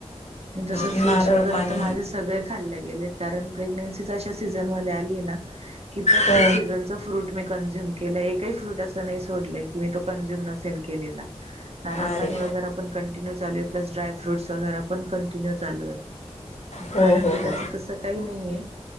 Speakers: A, on the right; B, on the left.
A: तस
B: नारळ
A: फ्रूट्स वगैरे
B: पाणी
A: तर माझे सगळं खाल्लं गेलंय कारण प्रेग्नेंसी अशा सीझनमध्ये आली आहे ना की प्रत्येक
B: हो
A: सीजन फ्रूट मी कंझ्युम केला एकही फ्रूट अस नाही सोडलंय की मी तो कंझ्युम नसेल केलेला. नारळ
B: अरे
A: पाणी वगैरे पण कंटिन्यू चालू आहे प्लस ड्राय फ्रूट्स वगैरे पण कंटिन्यू चालू आहेत
B: हो
A: खाण्यापिण्याचं
B: हो हो
A: तसं काही नाहीये.